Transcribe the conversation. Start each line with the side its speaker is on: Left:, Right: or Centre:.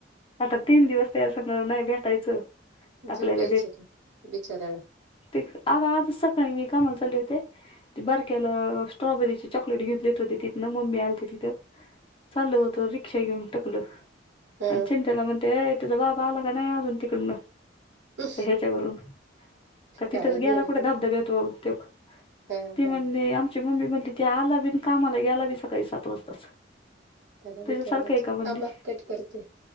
Left: आता तीन दिवस त्या संगं नाही भेटायचं टाकल्याला
Right: झोप यायची नाही बिचाऱ्याला
Left: तेक आग आजच सकाळी मी कामाला चाल्ले होते ती बारक्याला स्ट्रॉबेरीची चॉकलेट घेउन् देत होते तिथनं मम्मी आलती तिथं चाललं होतं रिक्षा घेऊन टकलं
Right: ह
Left: अन् चिंंट्याला म्हणत अय तुझा बाबा आला का नाही अजून तिकडनं
Right: ह
Left: त्या ह्याज्यावरून का तिथंच
Right: काला
Left: गेला
Right: गेलेले
Left: कुठ धबधब्यात वाहून त्यो
Right: हा
Left: ती
Right: हा
Left: म्हणली आमची मम्मी म्हणली ती आलाबी अन् कामाला गेला बी सकाळी सात वाजताच
Right: त्याला
Left: तुझ्यासारखंय
Right: विचारायला
Left: का म्हणंली
Right: थांबा कट करते.